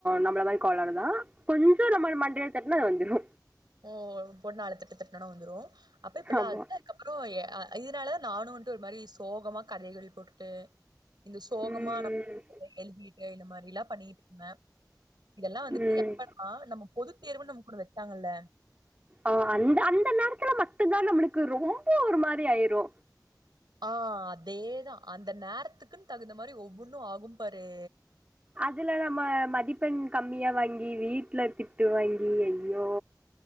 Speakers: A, on the right; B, on the right.
A: நம்ள வைப் கோளாரு தா கொஞ்சோ நம்மள் மண்டய தட் னா வந்துரு
B: ஓ பொண் நாலு தட்டு தட்னோனா வந்துரு அப்ப இப்பில்லா
A: ஆமா
B: <inaudible> அதுக்கப்பறோ ஏ அ இதுனாலதா நானு வன்ட்டு ஒரு மாறி சோகமா <unintelligible> போட்டுட்டு இந்த சோகமா
A: ம்
B: நம்ம <inaudible> எழுதிட் டு இந்த மாறிலா பண்ணிக்ட்ருந்தே இதல்லா வந்துட்டு
A: ம்
B: எப்பன்மா நம்ம பொதுத் தேர்வுன்னு நமுக் ஒன்னு வெப்பாங்கல்ல
A: அ அந்த அந்த நேரத்துல மட்டுந்தா நம்ளுக்கு ரொம்ப ஒரு மாறி ஆய்ரூ
B: ஆ அதேதா அந்த நேரத்துக்குன்னு தகுந்த மாறி ஒவ்வொன்னு ஆகு பாரு
A: அதுல நம்ம மதிப் பெண் கம்மியா வாங்கி வீட்ல திட்டு வாங் கி ஐயோ